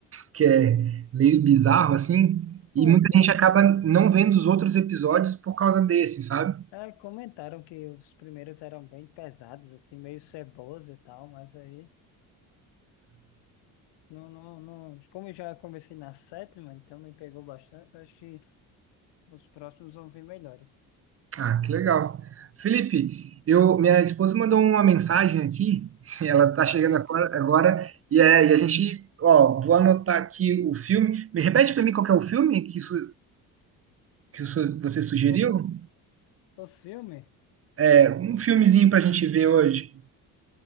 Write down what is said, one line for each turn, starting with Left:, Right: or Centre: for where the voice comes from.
Right: que é meio bizarro assim,
Left: Pô,
Right: e muita
Left: é,
Right: gente acaba não vendo os outros episódios por causa desse, sabe?
Left: é, comentaram que os primeiros eram bem pesados, assim, meio ceboso e tal, mas aí. Não, não, não. Como eu já comecei na sétima, então me pegou bastante. Eu acho que os próximos vão vir melhores.
Right: Ah, que legal. Felipe, eu, minha esposa mandou uma mensagem aqui, <laughs> ela tá chegando
Left: Eita,
Right: agora, agora, e, é, e a gente, ó, vou anotar aqui o filme. Me repete para mim qual que é o filme que isso que su- você sugeriu?
Left: o, o filme?
Right: É, um filmezinho pra gente ver hoje.